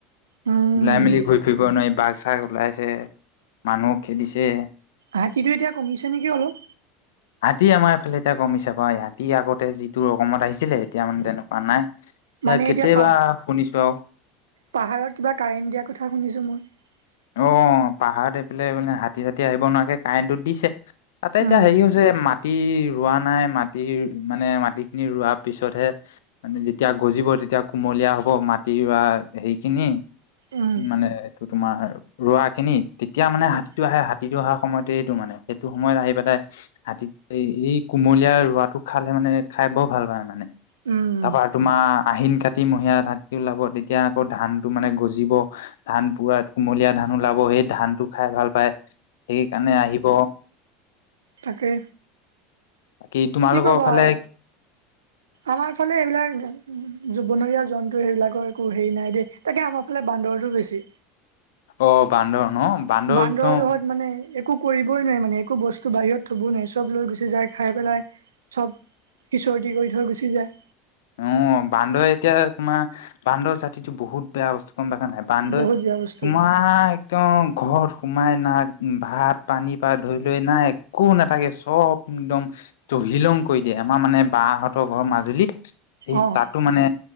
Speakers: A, on the right (about 80°); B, on the left (about 75°).
A: উম
B: ওলাই মেলি ঘূৰি ফুৰিব নোৱাৰি বাঘ চাগ ওলাইছে, মানুহ খেদিছে।
A: হাতীটো এতিয়া কমিছে নেকি অলপ
B: হাতী আমাৰ ইফালে এতিয়া কমিছে বাৰ ৰাতি আগতে যিটো ৰকমত আহিছিলে এতিয়া মানে তেনেকুৱা নাই। এয়া
A: মানে এতিয়া
B: কেতিয়াবা
A: পাহ
B: শুনিছো আও
A: পাহাৰত কিবা কাৰেণ্ট দিয়াৰ কথা শুনিছোঁ মই।
B: অ পাহাৰত এইফালে মানে হাতী চাতী আহিব নোৱাৰাকে কাৰেণ্টটো দিছে। তাতে এতিয়া
A: উম
B: হেৰি হৈছে মাত- মাটি ৰোৱা নাই মাটি মানে মাটি খিনি ৰোৱা পিছতহে মানে যেতিয়া গজিব তেতিয়া কুমলীয়া হব মাটি ৰোৱা হেৰি খিনি
A: উম
B: মানে এইটো তোমাৰ ৰোৱা খিনি তেতিয়া মানে
A: অ
B: হাতীটো আহে হাতীটো অহা সময়তে এইটো মানে সেইটো সময়ত আহি পেলাই হাতী এই কুমলীয়া ৰোৱাটো খালে মানে খাই বৰ ভাল পায় মানে।
A: উম,
B: তাৰপা তোমাৰ আহিন কাটি মহীয়া হাতী ওলাব তেতিয়া আকৌ ধানটো মানে গজিব ধান পুৰা কুমলীয়া ধান ওলাব সেই ধানটো খাই ভাল পায় সেইকাৰণে আহিব।
A: তাকেই
B: বাকী তোমালোকৰ
A: কি ক'ব
B: ফালে
A: আও আমাৰ ফালে এইবিলাক জু বনৰীয়া জন্তু সেইবিলাকৰ একো হেৰি নাই দেই তাকে আমাৰ ফালে বান্দৰটো বেছি।
B: অ বান্দৰ ন
A: বান্দৰ
B: একদম
A: জহত মানে একো কৰিবই নোৱাৰে মানে একো বস্তু বাহিৰত থব নোৱি চব লৈ গুচি যাই খাই পেলাই চব হিচৰতি কৰি থৈ গুচি যায়।
B: অ বান্দৰ এতিয়া তোমাৰ বান্দৰ জাতিটো বহুত বেয়া বস্তু বান্দই
A: বহুত বেয়া বস্তু
B: তোমাৰ একদম ঘৰ সোমাই নাক ভাত পানী পা ধৰি লৈ নাই একো নাথাকে চব একদম তহিলং কৰি দিয়ে আমাৰ মানে বাহঁতৰ ঘৰ মাজুলীত এই
A: অ',
B: তাতো মানে